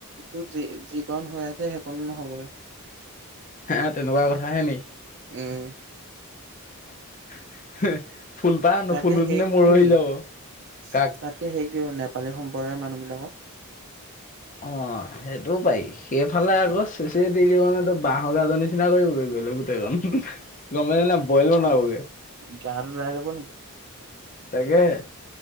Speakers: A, on the right; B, on the left.
A: এতিয়া যি, যিকণ হৈ আছে, সেইকণো নহ'বগৈ।
B: হে, তেনেকুৱা কথা হে নি?
A: উম।
B: <inaudible>
A: তাকে
B: নুফুলোতেনে মৰহি যাব
A: হেৰিক
B: কাক
A: দি
B: অ', সেইটোও পাৰি। সেইফালে আকৌ চেচই দি দিব, নহয় তোক বাঁহৰ গাজৰ নিচিনা কৰিব গৈ লৈ, গোটেইজন গমেই নাই বইল বনাবগৈ
A: জান ওলাই যাব নেকি
B: তাকেহে,